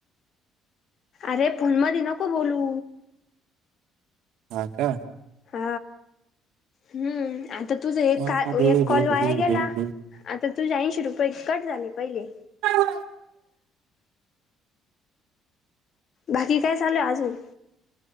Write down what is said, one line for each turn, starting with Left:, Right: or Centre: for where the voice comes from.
Left: अरे, फोनमध्ये नको बोलू.
Right: हा, का.
Left: हा हम्म, आता तुझ एक-का-
Right: अरे
Left: एक कॉल
Right: रे
Left: वाया
Right: रे रे
Left: गेला.
Right: रे.
Left: आता तुझ्या ऐंशी रुपये कट झाले, पहिले.
Right: काहीच
Left: बाकी, काय चालू अजून?